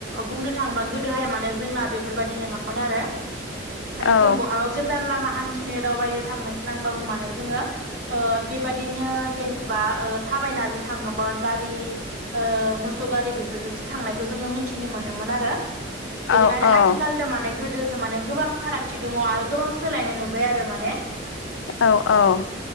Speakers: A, on the right; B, on the left.
A: बुंनो थाङोबा गोदोहाय माने जोंना बेफोरबायदि नङामोन आरो माने
B: औ
A: जों बहाबा गोजान लामा हान्थि थिनो दावबायनो थांनो नांबाबो मानो जोङो ओ बेबादिनो जेनेबा ओ थाबायना जो थाङोमोन गारि ओ मोसौ गारि बेफोरजोंसो थांनायखौ जोङो मिथिनो मोनोमोन आरो। बेनिखायनो
B: औ
A: आथिखाल दा माने गोदो जों माने गोबां फारागथि दङ आरो गोबां सोलायनाय नुबाय आरो माने
B: औ औ